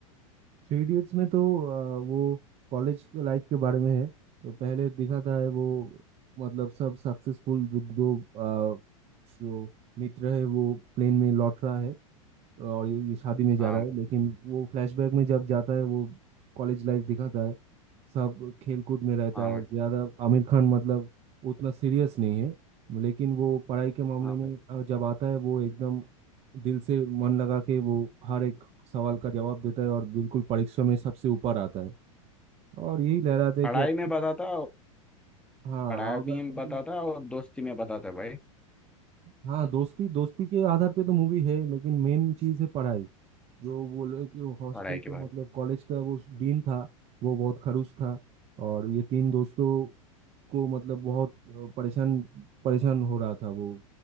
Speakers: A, on the right; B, in the centre.
A: थ्री इडियट्स में तो आ, वो कॉलेज लाइफ के बारे में है तो पहले दिखाता है वो मतलब सब सक्सेसफुल जो दो, आ, जो मित्र है वो प्लेन में लौट रहा है और ये, ये शादी में जा
B: हाँ
A: रहा
B: भाई
A: है लेकिन वो फ्लैशबैक में जब जाता है वो कॉलेज लाइफ दिखाता है सब खेलकूद में रहता
B: हाँ भाई
A: है ज़्यादा आमिर खान मतलब उतना सीरियस नहीं है लेकिन वो पढ़ाई के मामले
B: हाँ
A: में
B: भाई
A: अ, जब आता है वो एकदम दिल से मन लगा के वो हर एक सवाल का जवाब देता है और बिल्कुल परीक्षा में सबसे ऊपर आता है और यही लहराता है
B: पढ़ाई
A: कि अब
B: में बताता
A: हाँ
B: पढ़ाई
A: अगर
B: भी
A: कोई
B: बताता और दोस्ती में बताता भाई
A: हाँ दोस्ती दोस्ती के आधार पे तो मूवी है लेकिन मेन चीज़ है पढ़ाई जो वो लोग जो हॉस्टल
B: पढ़ाई
A: का
B: के बारे
A: मतलब
B: में
A: कॉलेज का वो डीन था वो बहुत खड़ूस था और ये तीन दोस्तों को मतलब बहुत अ, परेशान परेशान हो रहा था वो